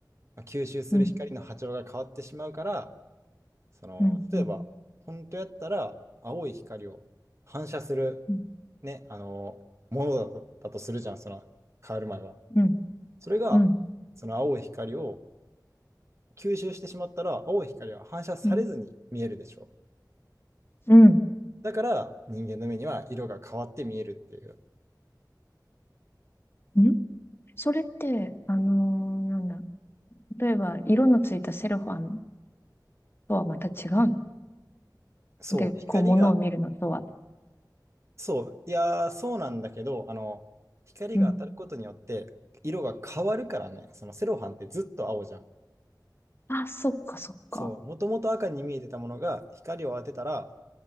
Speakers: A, on the right; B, on the left.
A: まあ、吸収する光の波長が変わってしまうから、
B: うん、
A: その、
B: うん、
A: 例えば、
B: うん、
A: 本当やったら青い光を反射する、
B: うん、
A: ね、あの、ものだと、だとするじゃん、その変わる前は。
B: うん、
A: それが、
B: うん、う
A: その青い光を吸収してしまったら、青い光は反射されずに見えるでしょう。
B: ん。う
A: だから、人間の目には色が変わって見えるっていう。
B: んんそれって、あのーなんだ。例えば、色のついたセロファンとはまた違う。
A: そう、
B: で、
A: 光が
B: こう、ものを見るのとは。
A: そう、いやー、そうなんだけど、あの、光が当たることによって色が変わるからね、
B: うん。
A: そのセロハンってずっと青じゃん。
B: あ、そっか、そっか。
A: そう、もともと赤に見えてたものが光を当てたら、